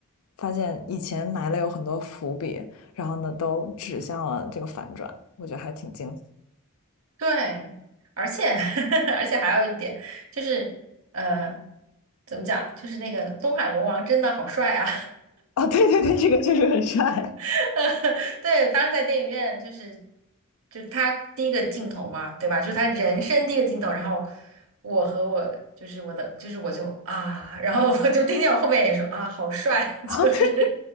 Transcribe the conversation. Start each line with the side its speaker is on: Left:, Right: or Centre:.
Left: 发现以前埋了有很多伏笔，然后呢都指向了这个反转，我觉得还挺惊
Right: 对，而且 <laughs> 而且还有一点就是，呃，怎么讲？就是那个东海龙王真的好帅啊！
Left: 啊！哦对对对，这个确实很帅。
Right: <laughs> 对，当时在电影院就是就他第一个镜头嘛，对吧？就是他人生第一个镜头，然后我和我就是我的就是我就啊，然后我就听见我后面也说啊，好帅啊，<laughs>
Left: <laughs> 啊！
Right: 就是
Left: 对。